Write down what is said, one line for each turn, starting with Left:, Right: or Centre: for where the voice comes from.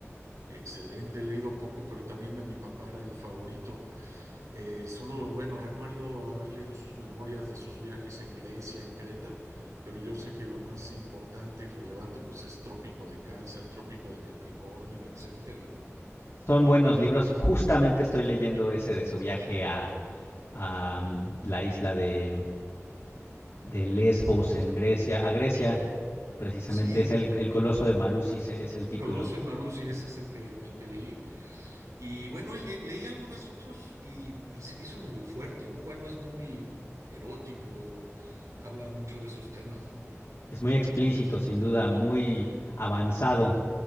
Right: Excelente, he leído poco, pero también de mi papá era el favorito. Eh, solo, bueno, recuerdo haber leído sus memorias de sus viajes en Grecia, en Creta, pero yo sé que lo más importante y relevante, pues, es Trópico de Cáncer, Trópico de Capricornio, etcétera, ¿no?
Left: Son buenos libros, justamente estoy leyendo ese de su viaje a, a mm, la isla de... de Lesbos en Grecia, a Grecia, precisamente
Right: Sí,
Left: es el, el Coloso de Marusis, e- es el título.
Right: Coloso y Maruzzi, ese es el que, el que leí. Y bueno, le- leí algunas otros y, y se me hizo medio fuerte, ¿no? Bueno, es muy erótico, habla mucho de esos temas, ¿no?
Left: Es muy explícito, sin duda, muy avanzado.